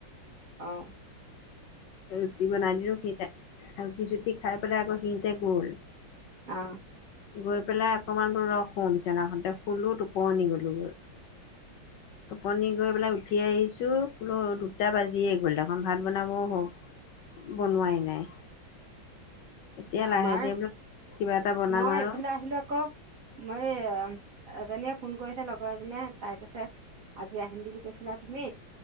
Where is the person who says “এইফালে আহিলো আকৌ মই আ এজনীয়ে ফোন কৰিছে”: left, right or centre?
Right